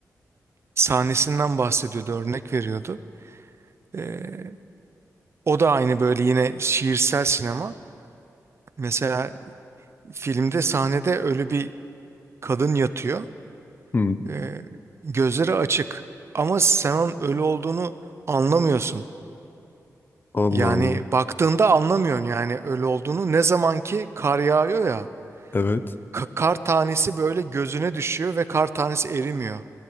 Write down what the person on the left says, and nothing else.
Hmm.
Allah
Allah.
Evet.